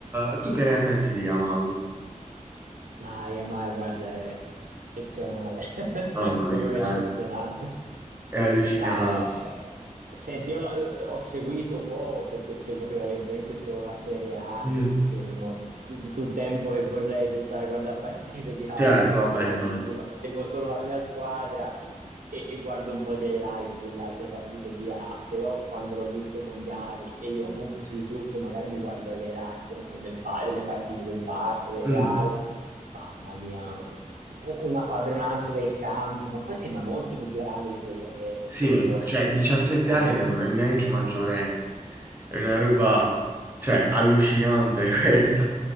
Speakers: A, on the right (about 15°); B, on the right (about 80°).
A: eh, tu che ne pensi di Yamal?
B: Ma, ma guarda, è eccezionale, <laughs>
A: Mamma
B: secondo
A: mia,
B: me
A: eh,
B: è eccezionale.
A: è allucinante.
B: Ah, eh, Senti, io la- ho seguito poco perché seguo prevalentemente solo la Serie A, anche
A: Mm,
B: perché non ho tu- tutto il tempo che vorrei per stare a guardare <laughs> partite di calcio,
A: certo,
B: purtroppo.
A: vabbè, immagino.
B: Quindi gua- seguo solo la mia squadra e, e guardo un po' di highlights delle altre partite di A. Però quando l'ho visto ai mondiali e io comunque su YouTube magari mi guardo gli highlights, ne so, del Ba- delle partite del Barça, del
A: Mm,
B: Real. Mamma mia, una padronanza del campo, ma poi sembra molto più grande di quello che è per
A: sì,
B: come
A: ma inf-
B: gioca,
A: cioè, 17
B: veramente.
A: anni te non è neanche maggiorenne, è una roba, cioè, allucinante <laughs> questa,